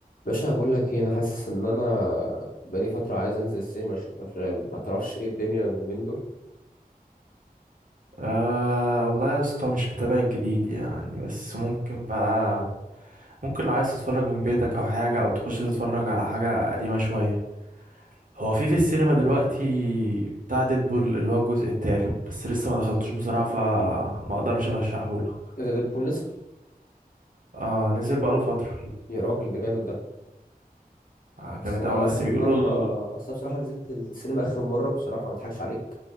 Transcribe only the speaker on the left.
باشا بقول لك ايه انا حاسس ان انا بقالي فتره عايز انزل السينما اشوف افلام ما تعرفش ايه الدنيا اليومين دول
ايه ده ديدبول نزل
يا راجل ده جامد ده
بس
انا
اخر
مره
اصل أنا بصراحه نزلت السينما اخر مره بصراحه ما اضحكش عليك